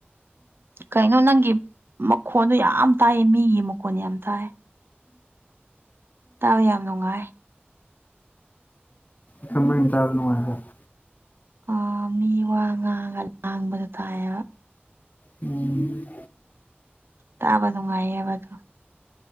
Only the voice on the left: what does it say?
ꯀꯃꯥꯏꯅ ꯇꯥꯕ ꯅꯨꯡꯉꯥꯏꯕꯔ
ꯎꯝ